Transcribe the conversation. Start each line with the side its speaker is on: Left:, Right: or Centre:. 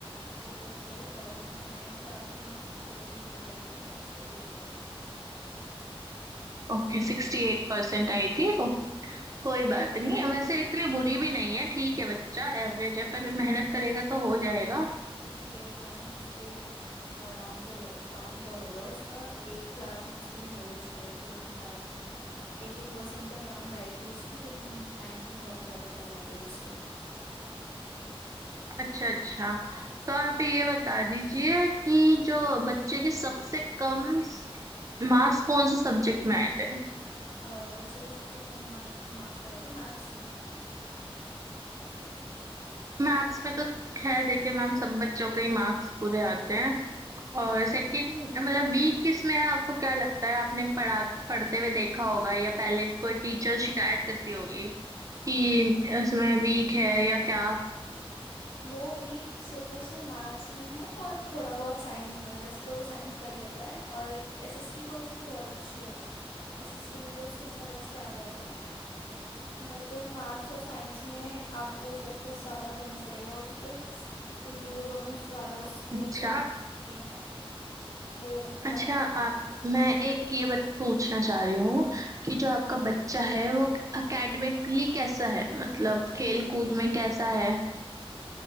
Left: ओके नाइन्थ क्लास में उसकी परसेंटेज आई थी sixty eight percent
Right: ओके सिक्सटी एट परसेंट आई थी ओ, कोई बात नहीं वैसे इतनी बुरी भी नहीं है ठीक है बच्चा एवरेज है पर मेहनत करेगा तो हो जाएगा
Left: Sixty eight percent उसके बहुत डाउनफॉल हो डाउनफॉल हो गया उसका एट्थ क्लास में उसकी हाईएस्ट आई थी अपने क्लास में एट्टी परसेंट तक अराउंड आई थी उसकी लेकिन नाइन्थ में बहुत ही ज़्यादा कम हो गई उसकी
Right: अच्छा अच्छा तो आप ये बता दीजिए कि जो बच्चे के सबसे कम मार्क्स कौन से सब्जेक्ट में आए थे
Left: अ, बच्चे के सबसे कम मार्क मार्क्स आए थे मैथ्स में
Right: मैथ्स में तो खैर देखिए मैम सब बच्चों के ही मार्क्स बुरे आते हैं और सेकंड मतलब वीक किस में है आपको क्या लगता है आपने पढ़ा पढ़ते हुए देखा होगा या पहले कोई टीचर शिकायत करती होगी कि इसमें वीक है या क्या
Left: वो वीक सिर्फ और सिर्फ मैथ्स में है और थोड़ा बहुत साइंस में है वैसे तो वो साइंस कर लेता है और एसएसटी तो उसकी बहुत अच्छी है एसएसटी में तो उसके नंबर अच्छे आ जाते हैं बट मैथ्स और साइंस में आपको फोकस ज्यादा करना पड़ेगा उस पे क्योंकि वो दोनों ज्यादा उसके
Right: अच्छा
Left: अच्छे सब नहीं है वो ज्यादा
Right: अच्छा आप मैं एक ये बात पूछना चाह रही हूँ कि जो आपका बच्चा है वो एकेडमिकली कैसा है मतलब खेल कूद में कैसा है